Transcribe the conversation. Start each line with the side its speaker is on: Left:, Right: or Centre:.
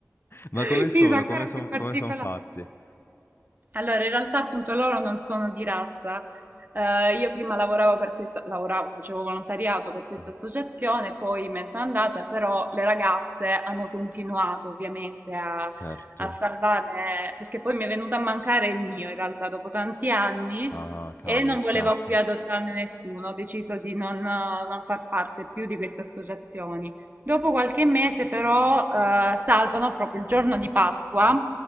Right: <laughs>
Left: Ma come sono?
Right: Quindi sono ancora
Left: Come sono
Right: più particolari.
Left: come son fatti?
Right: Allora, in realtà appunto loro non sono di razza. Eh, io prima lavoravo per questa, lavoravo, facevo volontariato per questa
Left: Mhm.
Right: associazione, poi me ne sono andata, però le ragazze hanno continuato ovviamente a,
Left: Certo.
Right: a salvarne, perché poi mi è venuto a mancare il mio in realtà dopo tanti anni
Left: Ah, cavolo,
Right: e non
Left: mi spiace.
Right: voleva più adottarne nessuno, ho deciso di non, eh, non far parte più di queste associazioni. Dopo qualche mese, però, eh, salvano proprio il giorno di Pasqua